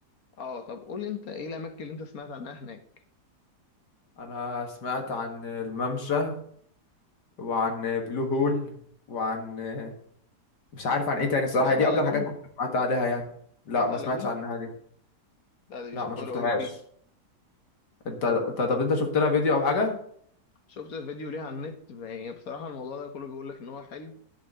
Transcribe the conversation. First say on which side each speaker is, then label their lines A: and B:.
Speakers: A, on the left; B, on the left.
A: اه طب قول لي انت ايه الاماكن اللي انت سمعت عنها هناك
B: انا سمعت عن الممشى وعن بلو هول وعن آه، مش عارف عن ايه تاني الصراحه
A: سمعت
B: دي
A: عن
B: اكتر
A: اللاجون
B: حاجات كنت سمعت عليها يعني لا
A: سمعت
B: ما
A: عن
B: سمعتش
A: اللاجون
B: عنها دي
A: لا ده بيشكروا
B: لا ما شفتهاش
A: قوي فيه
B: انت ط- طب انت شفت لها فيديو او حاجه
A: شفت فيديو ليه على النت يعني بصراحة الموضوع ده كله بيقول لك ان هو حلو